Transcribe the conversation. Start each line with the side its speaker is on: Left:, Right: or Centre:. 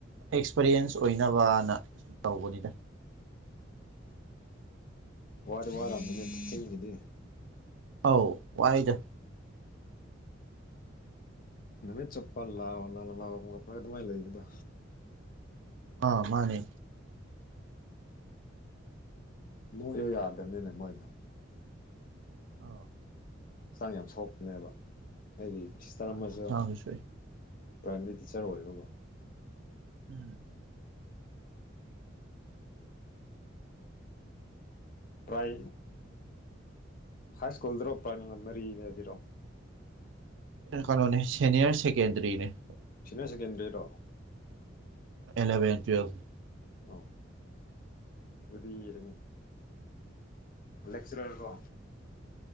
Right: ꯑꯦꯛꯁꯄꯔꯤꯌꯦꯟꯁ ꯑꯣꯏꯅꯕꯅꯨꯝ ꯇꯧꯕꯅꯤꯗ
Left: ꯔ ꯔ ꯑꯅꯦ ꯇꯤꯆꯤꯡꯒꯤꯗꯤ
Right: ꯑꯧ ꯋꯥꯏꯗ
Left: ꯅꯨꯃꯤꯠ ꯆꯨꯞꯄ ꯂꯥꯛꯑꯣ ꯂꯥꯑꯣ ꯂꯥꯛꯑꯣ ꯀꯞꯄꯂꯒ ꯑꯗꯨꯃꯥꯏ ꯂꯩꯕꯗꯣ
Right: ꯑ ꯃꯥꯅꯦ
Left: ꯅꯣꯏꯁꯨꯣ ꯌꯥꯗꯕꯅꯤꯅꯦ ꯃꯣꯏꯗ
Right: ꯑꯣ
Left: ꯍꯛꯆꯥꯡ ꯌꯥꯝ ꯁꯣꯛꯄꯅꯦꯕ ꯑꯩꯒꯤ ꯁꯤꯁꯇꯔ
Right: ꯃꯥꯅꯦ
Left: ꯑꯃꯁꯨ
Right: ꯍꯛꯆꯥꯡꯁꯨ ꯁꯣꯛꯏ
Left: ꯄ꯭ꯔꯥꯏꯃꯔꯤ ꯇꯤꯆꯔ ꯑꯣꯏꯔꯕꯣ
Right: ꯎꯝ
Left: ꯄ꯭ꯔꯥꯏ ꯍꯥꯏ ꯁ꯭ꯀꯨꯜꯗꯔꯣ ꯄ꯭ꯔꯥꯏ ꯃꯔꯤꯗꯗꯤꯔꯣ
Right: ꯀꯂꯣꯅꯦ ꯁꯦꯅꯤꯌꯔ ꯁꯦꯀꯦꯟꯗꯔꯤꯅꯦ
Left: ꯁꯤꯅꯤꯌꯔ ꯁꯦꯀꯦꯟꯗꯔꯤꯗꯣ
Right: ꯂꯕꯦꯟꯋꯁ
Left: ꯑ ꯑꯗꯨꯔ ꯂꯦꯛꯆꯔꯔ ꯀꯣ